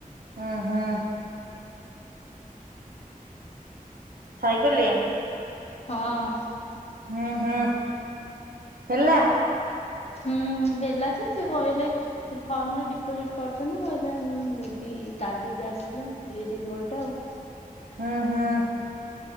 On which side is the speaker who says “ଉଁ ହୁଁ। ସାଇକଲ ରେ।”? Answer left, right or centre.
Right